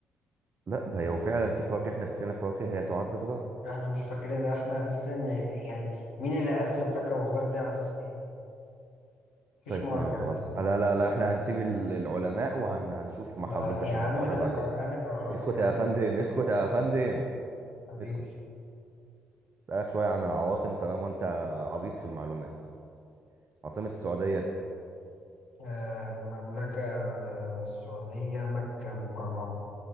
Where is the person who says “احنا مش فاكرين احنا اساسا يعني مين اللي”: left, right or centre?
Left